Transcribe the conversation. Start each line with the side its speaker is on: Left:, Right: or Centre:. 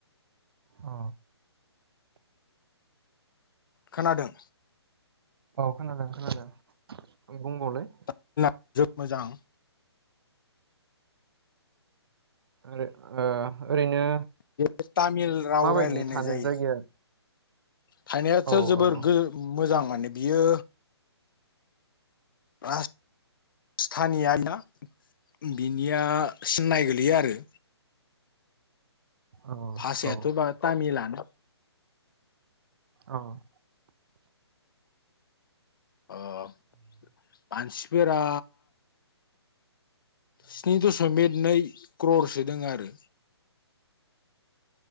Right: अ।
Left: खोनादों।
Right: औ खोनादों खोनादों बुंंबावलाय।
Left: <unintelligible> जोद मोजां।
Right: ओरै ओ ओरैनो
Left: बेव तामिल राव
Right: माबायदि
Left: रायजलायनाय
Right: थानो
Left: जायो।
Right: जायगाया
Left: थायनायाथ'
Right: औ
Left: जोबोर
Right: औ
Left: गो मोजां माने बियो राज थानिया ना बिनिया सिन्नाय गोलैयो आरो।
Right: औ
Left: भाषायाथ'
Right: औ
Left: बा तामिलानो
Right: ओं।
Left: ओह मानसिफोरा स्नि दशमिक नै क्ररलसो दङ आरो।